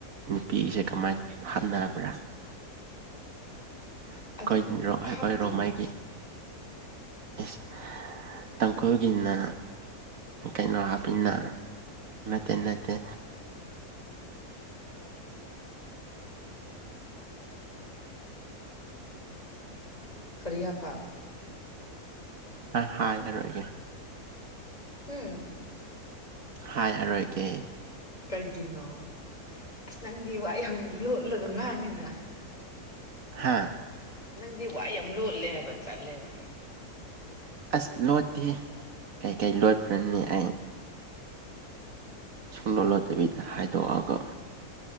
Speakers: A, on the right; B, on the left.
A: ꯅꯨꯄꯤꯁꯦ ꯀꯃꯥꯏ ꯍꯥꯞꯅꯕ꯭ꯔꯥ ꯑꯩꯈꯣꯏ
B: ꯑꯗꯨꯝ
A: ꯑꯩꯈꯣꯏ
B: ꯍꯥꯞꯇꯦꯅ
A: ꯔꯣꯡꯃꯩꯒꯤ ꯏꯁ ꯇꯥꯡꯈꯨꯜꯒꯤꯅ ꯀꯩꯅꯣ ꯍꯥꯞꯄꯤꯟꯅ ꯇꯅꯇ
B: ꯀꯔꯤꯌꯥꯄꯥ
A: ꯍ ꯌꯥꯔꯣꯏꯒꯦ
B: ꯎꯝ
A: ꯍꯥꯏ ꯑꯔꯣꯏꯒꯦ
B: ꯀꯩ ꯀꯅꯣ ꯑꯁ ꯅꯪꯗꯤ ꯋꯥ ꯌꯥꯝ ꯂꯣꯠꯂꯒ ꯉꯥꯡꯉꯤꯅ
A: ꯍꯥꯥ
B: ꯅꯪꯗꯤ ꯋꯥ ꯌꯥꯝ ꯂꯣꯜꯂꯦ ꯍꯥꯏꯕ ꯆꯠꯂꯦꯕ
A: ꯑꯁ ꯂꯣꯠꯇꯦ ꯀꯩꯀꯩ ꯂꯣꯠꯄ꯭ꯔꯅꯦ ꯑꯩ ꯁꯨꯝ ꯂꯣꯂꯠꯇꯕꯤꯗ ꯍꯥꯏꯗꯣꯛꯑꯒ